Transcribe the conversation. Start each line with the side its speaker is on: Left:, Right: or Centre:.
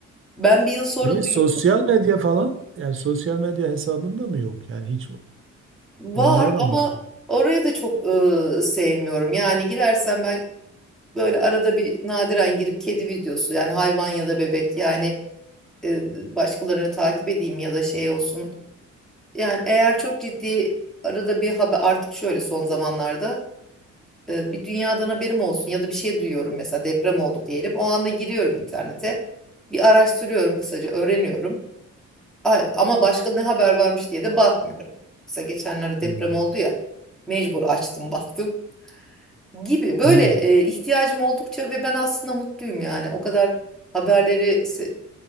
Centre: Ben bir yıl sonra
Right: Evet,
Centre: duyuyorum.
Right: sosyal medya falan yani sosyal medya hesabında mı yok? Yani hiç
Centre: Var
Right: onlara da
Centre: ama
Right: mı bakmıyor?
Centre: orayı da çok e, sevmiyorum. Yani girersem ben Böyle arada bir nadiren girip kedi videosu yani hayvan ya da bebek yani e, başkalarını takip edeyim ya da şey olsun. Yani eğer çok ciddi arada bir haber artık şöyle son zamanlarda e, bir dünyadan haberim olsun ya da bir şey duyuyorum mesela deprem oldu diyelim. O anda giriyorum internete. Bir araştırıyorum kısaca öğreniyorum. A- Ama başka ne haber varmış diye de bakmıyorum. Mesela geçenlerde deprem
Right: Hmm.
Centre: oldu ya mecbur açtım <laughs> baktım gibi böyle
Right: Hmm,
Centre: e, ihtiyacım oldukça ve ben aslında mutluyum yani o kadar haberleri se-